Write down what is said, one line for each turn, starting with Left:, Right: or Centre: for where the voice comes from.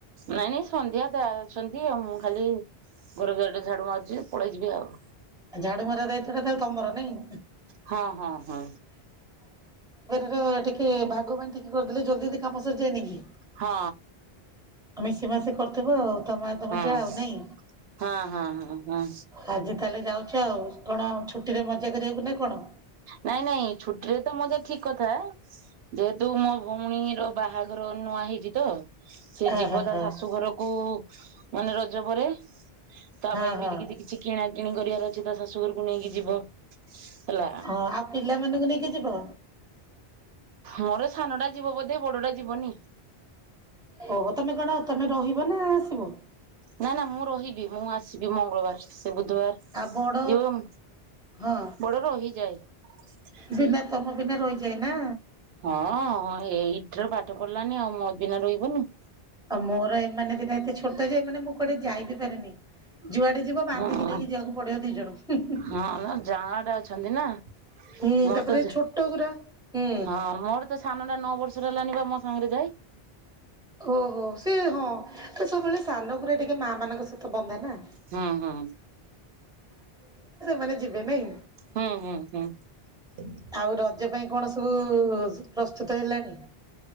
Right: ନାଇଁ ନାଇଁ ସନ୍ଧ୍ୟା ଦା ଅଛନ୍ତି ଆଉ ମୁଁ ଖାଲି ଘର ଦୁଆର ଟା ଝାଡୁ ମାରୁଛି ପଳେଇ ଯିବି ଆଉ।
Centre: ଝାଡୁ ମରା ଦାୟିତ୍ବ ତାହେଲେ ତମର ନାଇଁ।
Right: ହଁ ହଁ ହଁ।
Centre: ର ଟିକେ ଭାଗ ବାଣ୍ଟିକି କରିଦେଲେ ଜଲ୍ଦି ଜଲ୍ଦି କାମ ସରିଯାଏ ନି କି
Right: ହଁ।
Centre: ଆଉ ମିଶି ମାଶି କରୁଥୁବ ଆଉ। ତମେ ତମ
Right: ହଁ
Centre: ଯା ଆଉ ନାଇଁ?
Right: ହଁ ହଁ ହଁ ହଁ।
Centre: ଆଜି ତାହେଲେ। <unintelligible> ଅଛ ଆଉ କଣ ଛୁଟିରେ ମଜା କରିବାକୁ ନା କଣ।
Right: ନାଇଁ ନାଇଁ ଛୁଟିରେ ତ ମଜା ଠିକ୍ କଥା। ଯେହେତୁ ମୋ ଭଉଣୀର ବାହାଘର ନୂଆ ହେଇଚି ତ ସେ
Centre: ଓହୋ
Right: ଯିବ ତା
Centre: ହଁ
Right: ଶାଶୁ ଘରକୁ। ମାନେ ରଜ ପରେ। ତା
Centre: ହଁ
Right: ପାଇଁ ବି
Centre: ହଁ
Right: ଏଠି କିଛି କିଣା କିିଣି କରିବାର ଅଛି ତା ଶାଶୁଘରକୁ ନେଇକି ଯିବ ହେଲା।
Centre: ହଁ ଆଉ ପିଲାମାନଙ୍କୁ ନେଇକି ଯିବ।
Right: ମୋର ସାନ ଟା ଯିବ ବୋଧେ ବଡ ଟା ଯିବନି।
Centre: ହଁ ତମେ କଣ ତମେ ରହିବ ନା ଆସିବ?
Right: ନା ନା ମୁଁ ରହିବି ମୁଁ ଆସିବି ମଙ୍ଗଳବାର। ସେ ବୁଧବାର
Centre: ଆ ବଡ
Right: ଯିବ
Centre: ହଁ
Right: ବଡ ରହିଯାଏ।
Centre: ବିନା ତମ ବିନା ରହିଯାଏ ନା।
Right: ହଁ ଏ ଏଇଟି ରେ ପାଠ ପଢିଲାନି ଆଉ ମୋ ବିନା ରହିବନି।
Centre: ଆଉ ମୋର ଏମାନେ ଦିଟା ଏତେ ଛୋଟ ଯେ ମାନେ ମୁଁ କୁଆଡେ ଯାଇ ବିି ପାରେନି। ଯୁଆଡେ ଯିବ ବାନ୍ଧିକି
Right: ହଁ
Centre: ନେଇକି ଯିବାକୁ ପଡିବ ଦି ଜଣଙ୍କୁ।
Right: ହଁ ନା ଯାଆଁଳା ଟା ଅଛନ୍ତି ନା।
Centre: ହୁଁ
Right: ମୋର
Centre: ତାପରେ
Right: ତ
Centre: ଛୋଟ ଗୁରା ହୁଁ।
Right: ହଁ ମୋର ତ ସାନ ଟା ନଅ ବର୍ଷର ହେଲାନି ବା ମୋ ସାଙ୍ଗରେ ଯାଏ।
Centre: ଓହୋ ସେ ହଁ ସବୁବେଳେ ସାନ ଗୁଡା ଟିକେ ମା ମାନଙ୍କ ସହିତ ବନ୍ଧା ନା।
Right: ହୁଁ ହୁଁ।
Centre: ମାନେ ଯିବେ ନାଇଁ।
Right: ହୁଁ ହୁଁ ହୁଁ।
Centre: ଆଉ ରଜ ପାଇଁ କଣ ସବୁ ପ୍ରସ୍ତୁତ ହେଲାଣି।